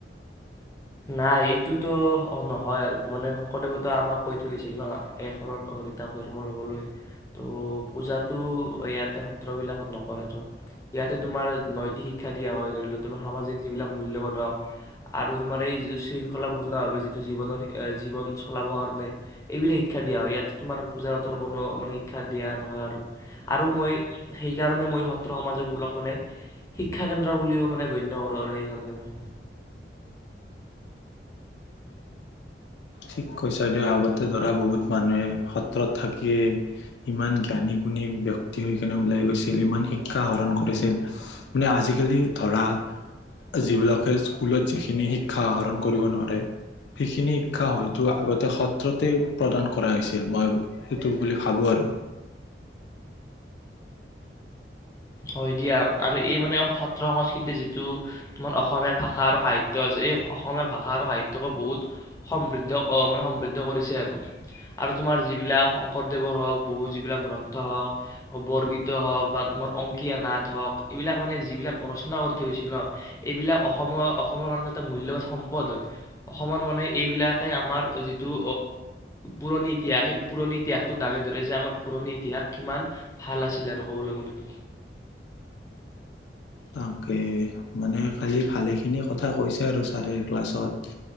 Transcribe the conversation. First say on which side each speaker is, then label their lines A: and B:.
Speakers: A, on the left; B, on the left.
A: নাই এইটোতো নহয় আৰু মানে শংকৰদেৱতো আমাক কৈ থৈছিল ন। এক শৰণ হৰি নাম ধৰ্ম ল'বলৈ ত' পূজাতটো ইয়াতে সত্ৰবিলাকত নকৰে ন, ইয়াতে তোমাৰ নৈতিক শিক্ষা দিয়া হয় ধৰি লও, তুমাৰ সামাজিক যিবিলাক মূল্যবোধক আৰু তোমাৰ এই যিটো শৃংখলাপূৰ্ণভাৱে যিটো জীৱনৰ, জীৱন চলাব কাৰণে এইবিলাক শিক্ষা দিয়া হয়। ইয়াত তোমাৰ পূজা পথৰ কোনো মানে শিক্ষা দিয়া নহয় আৰু-আৰু মই সেইকাৰণে মই সত্ৰ সমাজকবলক মানে শিক্ষা কেন্দ্ৰ বুলিও মানে গণ্য কৰোঁ আৰু সেইকাৰণে মই।
B: ঠিক কৈছে। ঢ়ড়দিয় আগতে ধৰা বহুত মানুহে সত্ৰত থাকিয়েই, ইমান জ্ঞানী-গুণী ব্যক্তি হৈ কিনে ওলাই গৈছিল। ইমান শিক্ষা আহৰণ কৰিছিল মানে আজিকালি ধৰা যিবিলাকে স্কুলত যিখিনি শিক্ষা আহৰণ কৰিব নোৱাৰে। সেইখিনি শিক্ষা টো আগতে সত্ৰতে প্ৰদান কৰা হৈছিল, মই সেইটো বুলি ভাবো আৰু।
A: হয় দিয়া আৰু এই মানে সত্ৰ সংস্কৃতিৰ যিটো, তোমাৰ অসমীয়া ভাষা আৰু সাহিত্যয় আছে। এই অসমীয়া ভাষা আৰু সাহিত্যয়কো বহুত সমৃদ্ধ মানে, সমৃদ্ধ কৰিছে আৰু-আৰু, তোমাৰ যিবিলাক শংকৰদেৱৰ হওক বহু যিবিলাক গ্ৰন্থ হওক বৰগীত হওঁক বা তোমাৰ, অংকীয়া নাট হওক, এইবিলাক মানে যিবিলাক ৰচনা কৰি থৈ গৈছিল ন, এইবিলাক অসমৰ অসমৰ কাৰণে এটা মূল্যবান সম্পদ হয়। অসমৰ মানে এইবিলাকে আমাৰ যিটো পুৰণি ইতিহাস সেই পুৰণি ইতিহাসটো দাঙে ধৰে যে আমাৰ পুৰণি ইতিহাস কিমান ভাল আছিলে আৰু ক'বলৈ গ'লে।
B: তাকে মানে কালি ভালেখিনি কথা কৈছে আৰু ছাৰে ক্লাছত